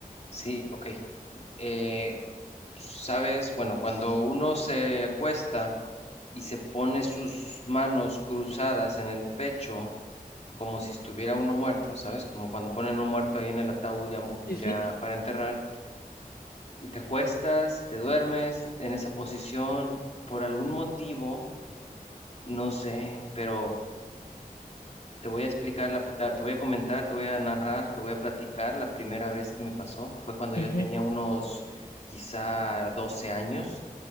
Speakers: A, on the left; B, on the left.
A: Sí, ok. Eh, ¿sabes? Bueno, cuando uno se acuesta y se pone sus manos cruzadas en el pecho, como si estuviera uno muerto, ¿sabes? Como cuando ponen un muerto ahí en el ataúd ya, mu-
B: Sí,
A: ya
B: sí.
A: para enterrar, y te acuestas, te duermes en esa posición por algún motivo, no sé, pero te voy a explicar, la, pr- la- te voy a comentar, te voy a narrar, te voy a platicar. La primera vez que me pasó fue cuando yo
B: Ujú.
A: tenía unos quizá 12 años.